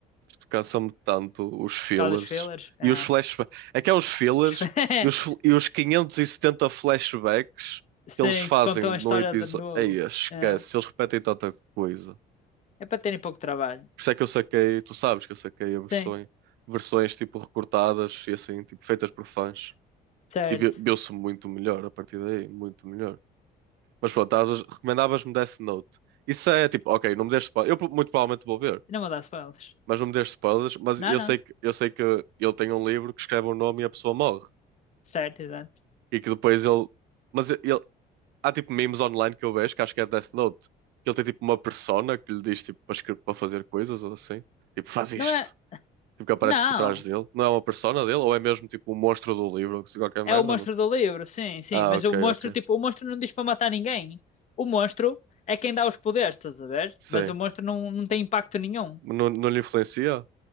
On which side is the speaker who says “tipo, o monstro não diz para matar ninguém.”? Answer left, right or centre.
Left